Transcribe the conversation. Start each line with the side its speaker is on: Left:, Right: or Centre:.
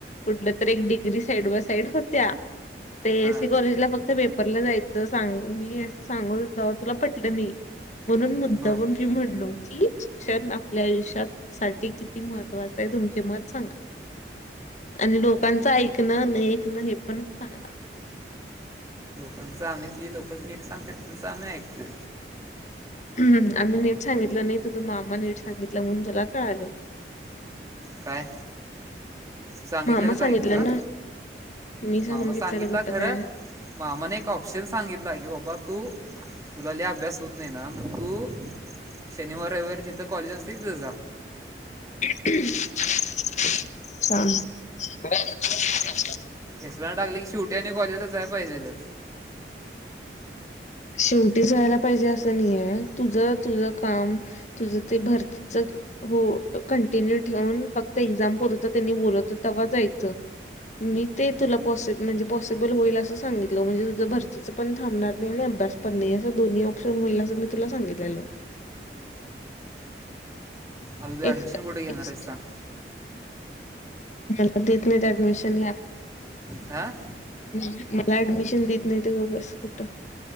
Left: कुठलं तर एक डिग्री साईड बाय साईड होत्या, एससी
Right: हां
Left: कॉलेजला फक्त पेपरला जायचं सांग मी अस सांगून तुला पटलं नाही. म्हणून मुद्दामून
Right: बरं
Left: मी म्हणलो, की शिक्षण आपल्या आयुष्यासाठीठी किती महत्वाचं आहे. तुमचे मत सांगा. आणि लोकांचं ऐकणं नाही, ऐकणं हे पण सांगा.
Right: पच आम्ही जी लोकल नीट सांगत, त्यांच आम्ही ऐकतोय.
Left: हम् आम्ही नीट सांगितलं नाही, तुझं मामा नीट सांगितलं म्हणून तुला कळालं.
Right: काय तू सांगितलेलंच
Left: मामा सांगितलं
Right: ऐकलू ना.
Left: मी सांगितलेलं
Right: मामा सांगितला
Left: कुठं
Right: खरं
Left: काय
Right: मामाने एक ऑप्शन सांगितला की बाबा तू तुला ल अभ्यास होत नाही, ना मग तू शनिवार रविवारी जिथं कॉलेज असते तिथं जा.
Left: ां <unintelligible>
Right: एसट टाकले की शेवटी, आणि कॉलेजला जाय पाहिजे लच.
Left: शेवटी जायला पाहिजे असं नाहीय, तुझ तुझ काम तुझं ते भरतीच हो कंटिन्यू ठेवून फक्त एक्झाम पुरत त्यांनी बोलवत तेव्हा जायचं. मी ते तुला पॉस म्हणजे पॉसिबल होईल, असं सांगितलं म्हणजे तुझं भरतीचं पण थांबणार नाही. बस् पण नाही असं दोन्ही ऑप्शन होईल असं मी तुला सांगितलेलो
Right: अ
Left: एक
Right: अडमिशन कठ घेणार
Left: एक्स
Right: आहेस सांग
Left: मला देत नाहीत अडमिशन यात
Right: आ
Left: मला ऍडमिशन देत नाही ते ग बस कुठं